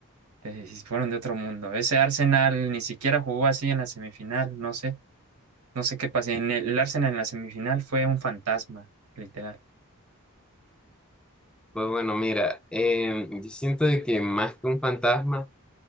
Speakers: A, on the right; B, in the centre.
A: eh, sí fueron de otro mundo. Ese Arsenal ni siquiera jugó así en la semifinal, no sé, no sé qué pasó. En el, el Arsenal en la semifinal fue un fantasma, literal.
B: Pues bueno, mira, em, yo siento de que más que un fantasma,